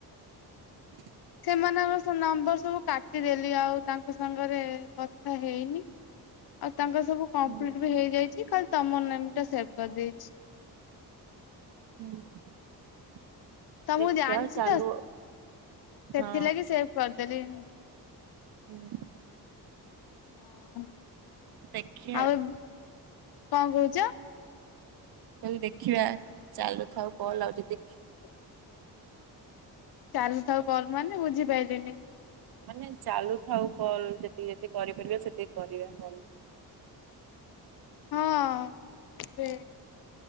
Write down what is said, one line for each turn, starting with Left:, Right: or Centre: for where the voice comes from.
Right: <inaudible>
Left: ସେମାନଙ୍କ ସବ ନମ୍ବର ସବୁ କାଟିଦେଲି ଆଉ ତାଙ୍କ ସାଙ୍ଗରେ କଥା ହେଇନି ଆଉ ତାଙ୍କ ସବୁ କମ୍ପ୍ଲିଟ
Right: ହୁଁ
Left: ବି ହେଇଯାଇଛି କାଲି ତମ ନ ଟା ସେଭ କରିଦେଇଛି
Right: ହୁଁ
Left: ତ
Right: ଦେଖିବା
Left: ମୁଁ ଜାଣିଛି
Right: ଚାଲୁ
Left: ତ ସେଥିଲାଗି
Right: ହଁ
Left: ସେ କରିଦେଲି
Right: ହୁଁ
Left: ହଁ
Right: ଦେଖିବା
Left: ଆଉ
Right: ମୁଁ
Left: କଣ କହୁଛ
Right: କହିଲେ ଦେଖିବା ଚାଲ ରଥାଉ କଲ ଆଉ ଯଦି
Left: ହ ଚାଲୁଥାଉ କଲ ମାନେ ବୁଝିପାରିଲନି
Right: ମାନେ ଚାଲୁଥାଉ କଲ୍ ଯେତିକି ଯେତିକି କରିପାରିବା ସେତିକି କରିବା କଲ
Left: ହଁ ଏବେ